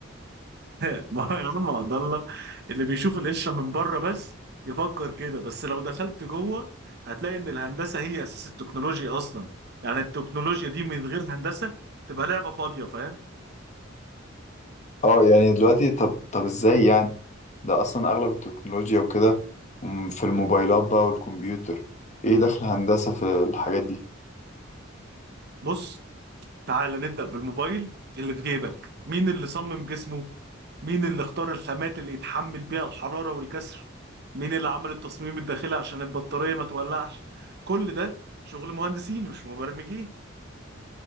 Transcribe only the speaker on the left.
اه يعني دلوقتي طب طب ازاي يعني ده أصلا أغلب التكنولوجيا وكده م- في الموبايلات بقى والكمبيوتر ايه دخل هندسة في الحاجات دي